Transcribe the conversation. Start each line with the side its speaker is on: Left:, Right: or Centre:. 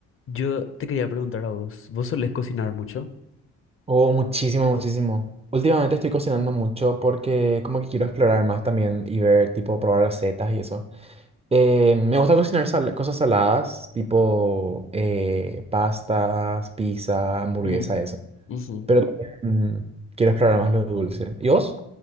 Left: Yo te quería preguntar a vos, ¿vos solés cocinar mucho?
Right: Oh, muchísimo, muchísimo. Últimamente estoy cocinando mucho porque como que quiero explorar más también y ver, tipo, probar recetas y eso. Eh, me gusta cocinar sal- cosas saladas, tipo eh, pastas, pizza, hamburguesa,
Left: Mm,
Right: eso.
Left: ujú.
Right: Pero también mm, quiero explorar más lo dulce. ¿Y vos?